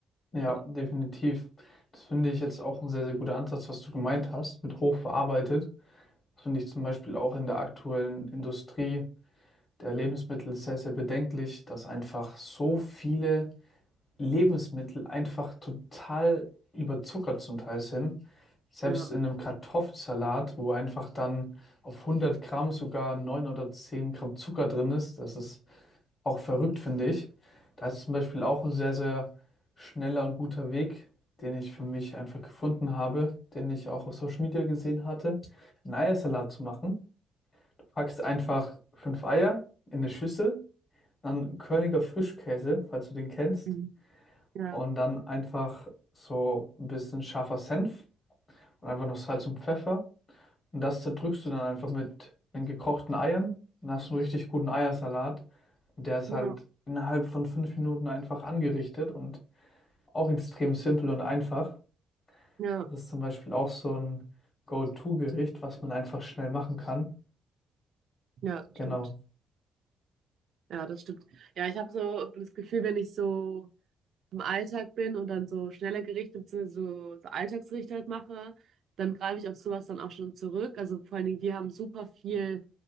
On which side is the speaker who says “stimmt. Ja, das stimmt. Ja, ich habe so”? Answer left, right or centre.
Right